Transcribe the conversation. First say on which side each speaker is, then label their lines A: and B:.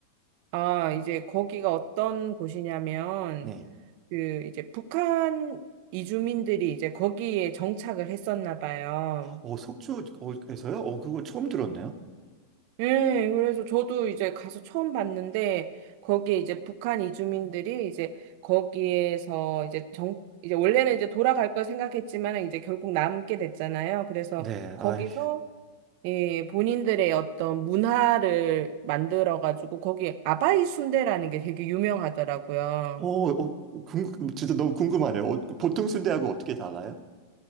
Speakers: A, on the right; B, on the right.
A: 아 이제 거기가 어떤 곳이냐면
B: 네.
A: 그 이제 북한 이주민들이 이제 거기에 정착을 했었나 봐요.
B: 어, 속초에서요? 어, 그거 처음 들었네요.
A: 예, 그래서 저도 이제 가서 처음 봤는데, 거기에 이제 북한 이주민들이 이제 거기에서 이제 정, 이제 원래는 이제 돌아갈 걸 생각했지만 이제 결국 남게 됐잖아요. 그래서
B: 네,
A: 거기서
B: 아이,
A: 예, 본인들의 어떤 문화를 만들어가지고 거기 아바이 순대라는 게 되게 유명하더라고요.
B: 어, 어, 궁금, 진짜 너무 궁금하네요. 어, 그 보통 순대하고 어떻게 달라요?